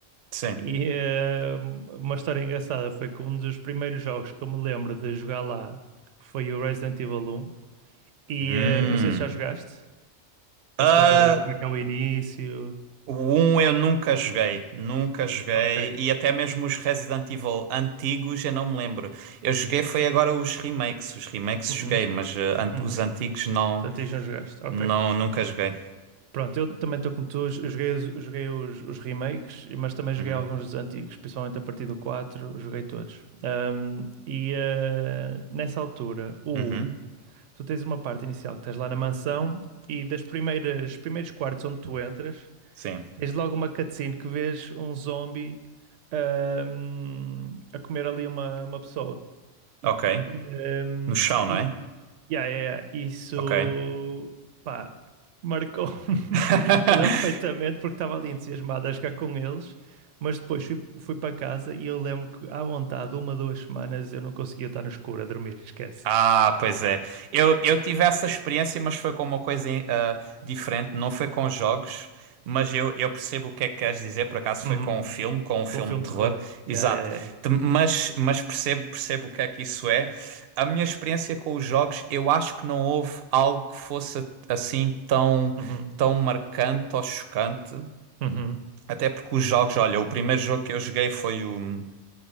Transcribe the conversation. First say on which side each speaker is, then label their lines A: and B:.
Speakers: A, on the right; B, on the right.
A: sim.
B: E eh, uma história engraçada foi que um dos primeiros jogos que eu me lembro de jogar lá foi o Resident Evil 1. E
A: Hum.
B: eh, não sei se já jogaste,
A: Ah,
B: ou se estás a ver como é que é o início.
A: O um eu nunca joguei, nunca joguei,
B: Ok.
A: e até mesmo os Resident Evil antigos eu não me lembro. Eu joguei foi agora os remakes, os remakes
B: Uhum,
A: joguei, mas eh, ant-
B: uhum.
A: os antigos não,
B: Portanto, não jogaste. Ok.
A: não, nunca joguei.
B: Pronto, eu também estou como tu, eu joguei, os, eu joguei os, os remakes, mas também joguei
A: Uhum,
B: alguns dos antigos, principalmente a partir do 4 joguei todos. Ahm, e eh, nessa altura, o
A: uhum,
B: 1. tu tens uma parte inicial que estás lá na mansão e das primeiras primeiros quartos onde tu entras,
A: sim,
B: tens logo uma cutscene que vês um zombie ahm, a comer ali uma, uma pessoa.
A: ok.
B: E, ahm,
A: No chão, não
B: e
A: é?
B: yeah, yeah, yeah, isso
A: Ok.
B: pá, marcou-me. <laughs>
A: <laughs>
B: Eu lembro perfeitamente porque estava ali entusiasmado a jogar com eles. Mas depois fui, fui para casa e eu lembro que, à vontade, uma, duas semanas eu não conseguia estar no escuro a dormir, esquece.
A: Ah, pois é. Eu, eu tive essa experiência, mas foi com uma coisa ah, diferente. Não foi com jogos, mas eu, eu percebo o que é que queres dizer. Por acaso
B: Uhum.
A: foi com um filme, com um filme
B: Com filme
A: de terror.
B: de terror.
A: Exato.
B: Yeah, yeah, yeah. yeah.
A: Te- Mas, mas percebo, percebo o que é que isso é. A minha experiência com os jogos, eu acho que não houve algo que fosse assim tão,
B: Uhum,
A: tão marcante ou chocante.
B: uhum.
A: Até porque os jogos, olha, o primeiro jogo que eu joguei foi o,